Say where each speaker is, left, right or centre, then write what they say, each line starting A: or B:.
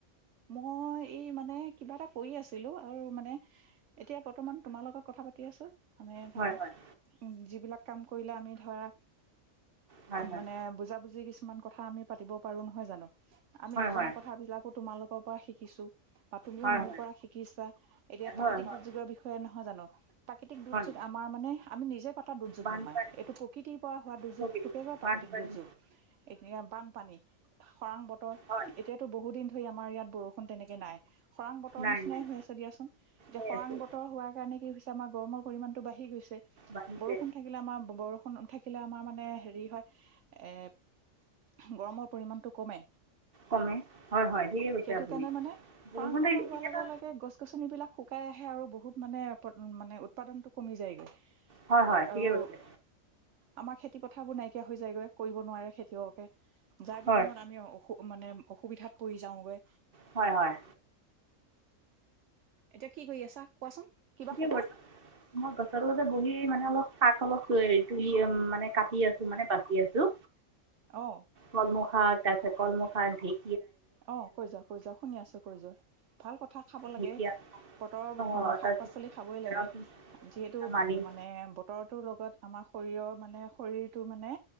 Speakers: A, on the right; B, on the right.
A: মই এই মানে কিবা এটা কৰি আছিলো আৰু মানে এতিয়া বৰ্তমান তোমাৰ লগত কথা পাতি আছো। মানে ধৰা
B: হয় হয়
A: উ যিবিলাক কাম কৰিলে আমি ধৰা
B: হয় হয়
A: মানে বুজাবুজি কিছু কিছুমান কথা আমি পাতিব পাৰো নহয় জানো? আমি নজনা
B: হয়
A: কথ বিলাকো তোমালোক পৰা শিকিছো বা তুমিও
B: হয় হয়
A: মোৰ
B: হয়
A: পৰা শিকিছা এতিয়া প্ৰাকৃতিক
B: হয় হয়
A: দুৰ্যোগৰ বিষয়ে নহয় জানো? <unintelligible> প্ৰাকৃতিক দুৰ্যোগ
B: হয়
A: আমাৰ মানে আমি নিজে পাতৰ দুৰ্যোগ
B: বানপানী
A: নহয় এইটো প্ৰকৃতিৰ পৰা হোৱা দুৰ্যোগতোকে
B: প্ৰকৃতি
A: ক প্ৰাকৃতিক
B: বানপানী
A: দুৰ্যোগ এতিয়া বানপানী খৰাং বতৰ
B: হয়
A: এতিয়াতো বহু দিন ধৰি আমাৰ ইয়াত বৰষুণ তেনেকে নাই খৰাং বতৰ
B: নাই
A: নিচিনাই
B: নাই
A: হৈ আছে দিয়াচোন এতিয়া
B: হৈ
A: খৰাং
B: আছে
A: বতৰ হোৱাৰ কাৰণে কি হৈছে আমাক গৰমৰ পৰিমান টো বাঢ়ি গৈছে
B: বাঢ়িছে
A: বৰষুণ থাকিলে আমাৰ বৰষুণ থাক থিলে আমাৰ মানে হেৰি হয় এ গৰমৰ পৰিমাণতটো কমে
B: কমে হয় হয় ঠিকে কৈছে
A: সেইটো
B: আপুনি
A: কাৰণে মানে
B: বৰষুণ
A: খৰাং বতৰ
B: থাকি-
A: হোৱাৰ
B: কেতিয়াবা
A: লগে লগে গছ গছনি বিলাক শুকাই আহে আৰু বহুত মানে মানে উৎপাদনতটো কমি যায়গৈ আৰু
B: হয় হয় ঠিকে কৈছে
A: আমাৰ খেতি খেতি পথাৰবোৰ নাইকিয়া হৈ যায়গৈ কৰিব নোৱাৰে খেতিয়কে যাৰ
B: হয়
A: বিনিময়ত আমি অসু মানে অসুবিধাত পৰি যাওঁগৈ
B: হয় হয়।
A: এতিয়া কি কৰি আছা কোৱাচোন কিবা ক'বা
B: এই বৰ্তমান মই গছৰ লগতে বহি মানে অলপ শাক অলপ তুলি মানে কাটি আছে মানে বাচি আছো
A: অ
B: কলম খাৰ ত আা কলম খাৰঢিক
A: অ কৈ যাও কৈ যাও শুনি আছো কৈ যোৱা ভাল কথা কঠা খাব লাগে
B: ঢেকীয়া
A: বতৰৰ উ
B: অঁ
A: শাক
B: তাৰপিছত
A: পাচলি খাবই লাগে
B: ৰচুন,
A: যিহেতু উ
B: মানিমুনি
A: মানে বতৰটোৰ লগত আমাৰ শৰীৰৰ মানে শৰীৰটো মানে